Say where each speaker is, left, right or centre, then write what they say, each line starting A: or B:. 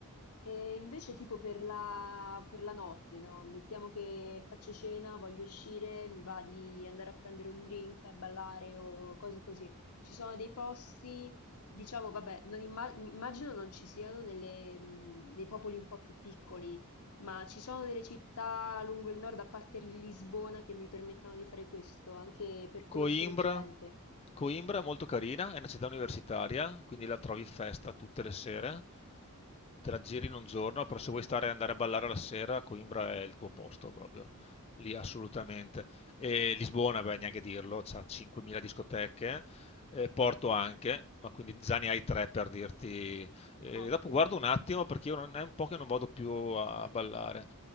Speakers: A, on the left; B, on the left.
A: E invece tipo per la, per la notte, no? Mettiamo che faccio cena, voglio uscire, mi va di andare a prendere un drink, a ballare o cose così. Ci sono dei posti, diciamo, vabbè, non imma- immagino non ci siano nelle, mh, nei popoli un po' più piccoli, ma ci sono delle città lungo il nord, a parte Lisbona, che mi permettono di fare questo, anche per conoscere
B: Coimbra.
A: gente.
B: Coimbra è molto carina, è una città universitaria, quindi la trovi festa tutte le sere, te la giri in un giorno, però se vuoi stare e andare a ballare la sera, Coimbra è il tuo posto proprio, lì assolutamente. E Lisbona, beh, neanche dirlo, c'ha 5.000 discoteche, eh, Porto anche, ma quindi già ne hai tre per dirti. Eh,
A: Ottimo,
B: dopo guardo un attimo perché io non è un po' che non vado più a a ballare